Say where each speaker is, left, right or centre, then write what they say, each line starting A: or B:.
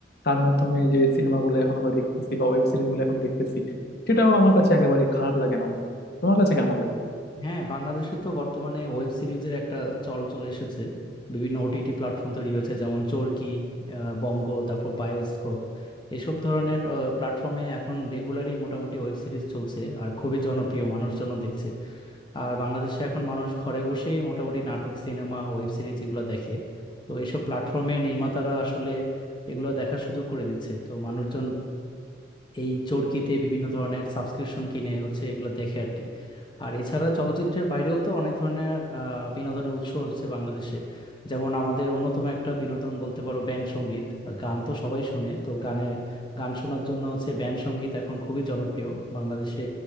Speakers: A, on the left; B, on the left.
A: তার মাধ্যমে যে সিনেমাগুলো এখন আমরা দেখতেছি বা ওয়েব সিরিজগুলো এখন দেখতেছি সেটাও আমার কাছে একেবারে খারাপ লাগে না বন্ধু তোমার কাছে কেমন লাগে
B: হ্যাঁ বাংলাদেশে তো বর্তমানে ওয়েব সিরিজের একটা চল চলে এসেছে বিভিন্ন ওটিটি প্ল্যাটফর্ম তৈরি হয়েছে যেমন চরকি আহ, বঙ্গ তারপর বায়োস্কোপ এসব ধরনের প্ল্যাটফর্মে এখন রেগুলারই মোটামুটি ওয়েব সিরিজ চলছে আর খুবই জনপ্রিয় মানুষজন দেখছে আর বাংলাদেশে এখন মানুষ ঘরে বসেই মোটামুটি নাটক সিনেমা ওয়েব সিরিজ এগুলো দেখে তো এইসব প্ল্যাটফর্মে নির্মাতারা আসলে এগুলো দেখার সুযোগ করে দিচ্ছে তো মানুষজন এই চরকিতে বিভিন্ন ধরনের সাবস্ক্রিপশন কিনে হচ্ছে এগুলো দেখে আর কি আর এছাড়া চলচ্চিত্রের বাইরেও তো অনেক ধরনের আহ, বিনোদনের উৎস হচ্ছে বাংলাদেশে যেমন আমাদের অন্যতম একটা বিনোদন বলতে পারো ব্যান্ড সঙ্গীত গান তো সবাই শুনে তো গানের গান শোনার জন্য হচ্ছে ব্যান্ড সঙ্গীত এখন খুবই জনপ্রিয় বাংলাদেশে